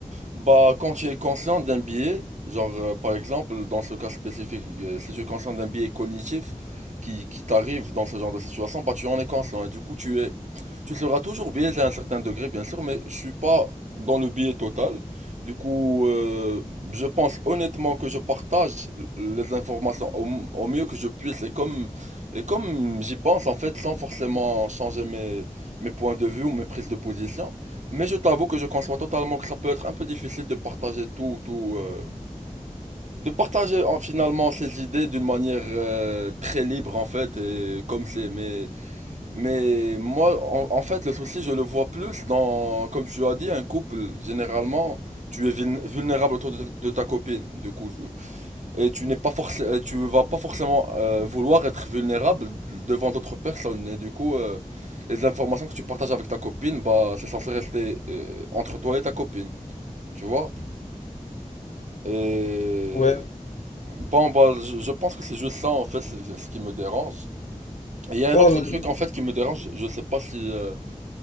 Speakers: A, on the right (about 60°); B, on the left (about 60°).
A: Bah, quand tu es conscient d'un biais, genre euh, par exemple, dans ce cas spécifique, euh, si tu es conscient d'un biais cognitif qui, qui t'arrive dans ce genre de situation, bah tu en es conscient et du coup tu es, tu seras toujours biaisé à un certain degré, bien sûr, mais je suis pas dans le biais total. Du coup, euh, je pense honnêtement que je partage les informations au, au mieux que je puisse et comme, et comme j'y pense en fait, sans forcément changer mes, mes points de vue ou mes prises de position. Mais je t'avoue que je conçois totalement que ça peut être un peu difficile de partager tout, tout, euh, de partager en- finalement ses idées d'une manière euh, très libre en fait, et comme c'est. Mais, mais moi, en, en fait, le souci, je le vois plus dans, comme tu as dit, un couple. Généralement, tu es vuln- vulnérable autour de, de ta copine. Du coup, je- et tu n'es pas forc- euh, tu vas pas forcément euh, vouloir être vulnérable devant d'autres personnes. Et du coup, euh, les informations que tu partages avec ta copine, bah, c'est censé rester euh, entre toi et ta copine. Tu vois? Et
B: Ouais.
A: bon, bah, je, je pense que c'est juste ça, en fait, c'est- c'est ce qui me dérange. Et il y a un
B: Oh,
A: autre
B: l-
A: truc, en fait, qui me dérange. Je sais pas si. euh,